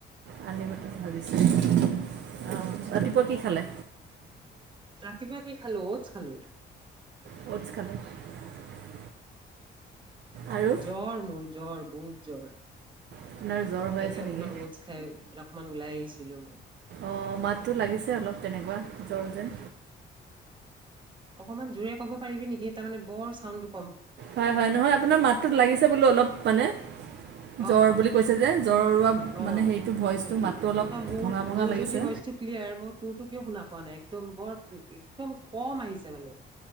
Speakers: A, on the right; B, on the right.
A: <unintelligible> অঁ, ৰাতিপুৱা কি খালি।
B: ৰাতিপুৱা কি খালো, ঔৎস খালো।
A: <unintelligible> আৰু
B: জ্বৰ মোৰ জ্বৰ। বহুত জ্বৰ।
A: আপোনাৰ জ্বৰ হৈ
B: এনেই
A: আছে
B: অকমান
A: নেকি
B: ঔৎচ খাই অকমান ওলাই আহিছিলো মই।
A: অঁ, মাতটো লাগিছে অলপ তেনেকুৱা জ্বৰ যেন।
B: অকনমান জোৰে কব পাৰিবি নেকি, তাৰ মানে বৰ চাউণ্ড টো
A: হয়- হয়, নহয় আপোনাৰ মাতটোত লাগিছে বোলো অলপ মানে
B: অঁ,
A: জ্বৰ
B: অঁ
A: বুলি কৈছে যে
B: -
A: জ্বৰুৱা
B: অঁ,
A: মানে হেৰিটো ভইচটো
B: সেইটোৱেই,
A: মাতটো অলপ
B: নহয় মোৰ-
A: ভঙা ভঙা
B: মোৰ
A: লাগিছে
B: যদি ভইচটো ক্লিয়াৰ মই তোৰতো কিয় শুনা পোৱা নাই। একদম বৰ একদম কম আহিছে মানে।